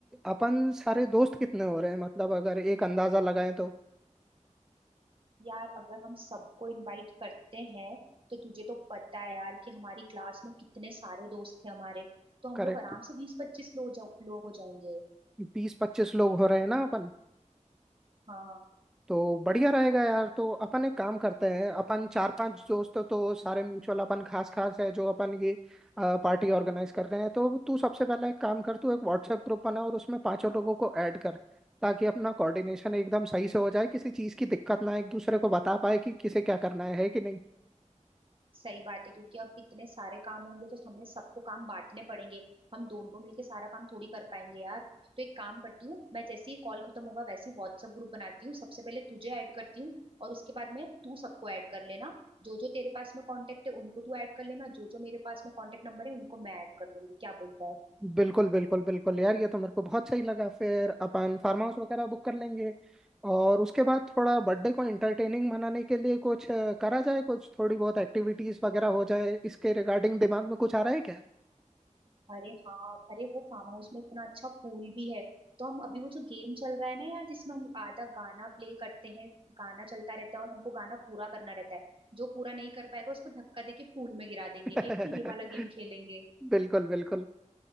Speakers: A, in the centre; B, on the right.
A: अपन सारे दोस्त कितने हो रहे हैं मतलब अगर एक अंदाजा लगाएं तो
B: यार अगर हम सबको इनवाइट करते हैं तो तुझे तो पता है यार कि हमारी क्लास में कितने सारे दोस्त थे हमारे तो हम
A: करेक्ट
B: लोग आराम से बीस पच्चीस लोग जा, लोग हो जाएंगे
A: बीस पच्चीस लोग हो रहे हैं ना अपन
B: हाँ
A: तो बढ़िया रहेगा यार तो अपन एक काम करते हैं अपन चार पांच दोस्त तो सारे म्यूचुअल अपन खास खास है जो अपन ये पार्टी ऑर्गेनाइज कर रहे हैं तो तू सबसे पहला एक काम कर तू एक व्हाट्सएप ग्रुप बना और उसमें पांचों लोगों को ऐड कर ताकि अपना कोऑर्डिनेशन एकदम सही से हो जाए किसी चीज की दिक्कत ना आए, एक दूसरे को बता पाए कि किसे क्या करना है है कि नहीं
B: सही बात है क्योंकि अब इतने सारे काम होंगे तो हमें सबको काम बांटने पड़ेंगे हम दोनों मिलके सारा काम थोड़ी कर पाएंगे यार तो एक काम करती हूँ मैं जैसे ही कॉल खत्म होगा वैसे ही व्हाट्सएप ग्रुप बनाती हूँ सबसे पहले तुझे ऐड करती हूँ और उसके बाद में तू सबको ऐड कर लेना जो जो तेरे पास में कांटेक्ट है उनको तू ऐड कर लेना जो जो मेरे पास में कांटेक्ट नंबर है उनको मैं ऐड कर लूंगी क्या बोलता है
A: बिल्कुल बिल्कुल बिल्कुल यार ये तो मेरे को बहुत सही लगा फिर अपन फार्म हाउस वगैरह बुक कर लेंगे और उसके बाद थोड़ा बर्थडे को एंटरटेनिंग मनाने के लिए कुछ अ, करा जाए कुछ थोड़ी बहुत एक्टिविटीज वगैरह हो जाए इसके रिगार्डिंग दिमाग में कुछ आ रहा है क्या
B: अरे हाँ अरे वो फार्म हाउस में इतना अच्छा पूल भी है तो हम अभी वो जो गेम चल रहा है ना यार जिसमें हम आधा गाना प्ले करते हैं गाना चलता रहता है और हमको गाना पूरा करना रहता है जो पूरा नहीं कर पाएगा उसको धक्का देके पूल में गिरा देंगे
A: <laughs>
B: एक तो ये वाला गेम खेलेंगे
A: बिल्कुल बिल्कुल